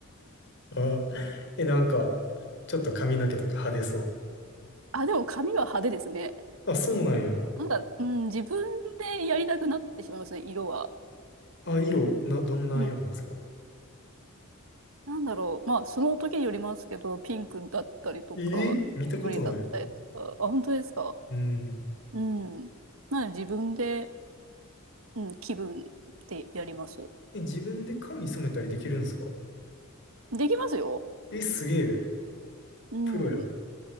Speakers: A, on the left (about 60°); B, on the right (about 70°).
A: あ、え、なんか、ちょっと髪の毛とか派手そ
B: あ、でも髪は派手ですね。
A: う。あ、そうなんや。
B: なんか、うん、自分でやりたくなってしまいますね、色は。
A: あ、色、な、どんな色なんですか。
B: うん、なんだろう。まあ、その時によりますけど、ピンクだったりとか、
A: えー見たことない。
B: 緑だったりとか。あ、本当ですか。
A: うん。
B: うん。なので自分で、うん、気分でやります。
A: え、自分で髪染めたりできるんですか
B: できますよ。
A: え、すげえ。
B: うん。
A: プロや。